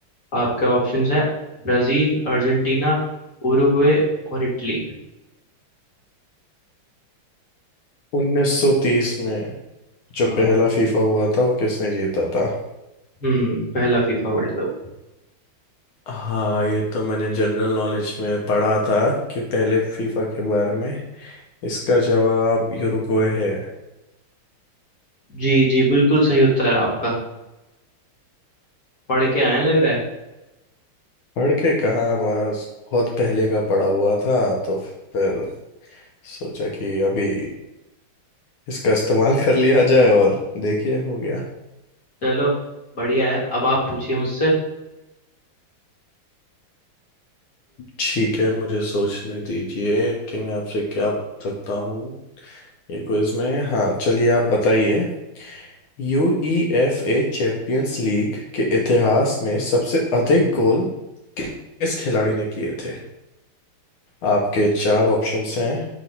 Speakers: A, on the left; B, on the left.
A: आपके ऑप्शंस है ब्राजील अर्जेंटीना उरुग्वे और इटली
B: 1930 में जब
A: हाँ
B: पहला फीफा हुआ था वो किसने जीता था
A: हम्म पहला फीफा वर्ल्ड कप
B: हाँ ये तो मैंने जनरल नॉलेज में पढ़ा था कि पहले फीफा के बारे में इसका जवाब यूरुग्वे है
A: जी जी बिल्कुल सही उत्तर है आपका पढ़ के आए हैं लग रहा है
B: पढ़ के कहाँ बस बहुत पहले का पड़ा हुआ था तो फिर सोचा कि अभी इसका इस्तेमाल कर लिया जाए और देखिए हो गया
A: चलो बढ़िया है अब आप पूछिए मुझसे
B: ठीक है मुझे सोचने दीजिए कि मैं आपसे क्या पूछ सकता हूँ ये क्विज में हाँ चलिए आप बताइए यूईएफए चैंपियंस लीग के इतिहास में सबसे अधिक गोल किस खिलाड़ी ने किए थे आपके चार ऑप्शंस हैं